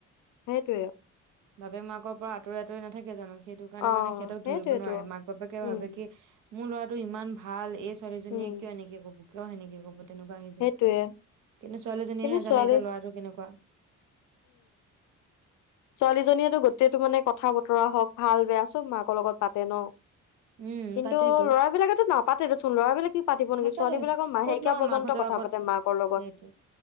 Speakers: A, on the left (about 75°); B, on the right (about 80°).
A: সেইটোৱে।
B: বাপেক মাকৰ পৰা আঁতৰি আঁতৰি নাথাকে জানো। সেইটো কাৰণে
A: অ
B: মানে সিহঁতক
A: সেইটোৱেতো
B: ধৰিব নোৱাৰে। মাক বাপেকে
A: উম
B: ভাবে কি মোৰ ল'ৰাটো ইমান ভাল, এই ছোৱালীজনীয়ে
A: উম
B: কিয় এনেকে ক'ব, কিয় সেনেকে ক'ব, তেনেকুৱা আহি
A: সেইটোৱে
B: যায়। কিন্তু ছোৱালীজনীয়েহে
A: কিন্তু
B: জানে
A: ছোৱালী
B: এতিয়া ল'ৰাটো কেনেকুৱা।
A: ছোৱালীজনীয়েটো গোটেইটো মানে কথা-বতৰা হওঁক ভাল বেয়া চব মাকৰ লগত পাতে ন'।
B: উম,
A: কিন্তু
B: পাতেতো
A: ল'ৰা বিলাকেটো নাপাতে দেচোন, ল'ৰা বিলাক কি পাতিব নেকি?
B: নাপাতে
A: ছোৱালী বিলাকৰ মাহেকীয়া
B: ক'তনো আৰু
A: পৰ্য্যন্ত
B: মাকহঁতৰ
A: কথা
B: আগত
A: পাত তে মাকৰ লগত।
B: সেইটোৱে।